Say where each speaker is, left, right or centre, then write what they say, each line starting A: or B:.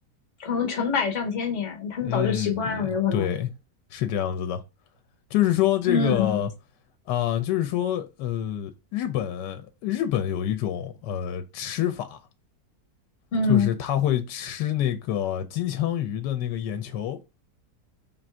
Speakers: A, on the left; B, on the left.
A: 可能成百上千年，他们早就习惯了，
B: 嗯，
A: 有可能。
B: 对，是这样子的，就是说这个
A: 嗯
B: 啊、就是说呃，日本日本有一种呃吃法，
A: 嗯，
B: 就是他会吃那个金枪鱼的那个眼球。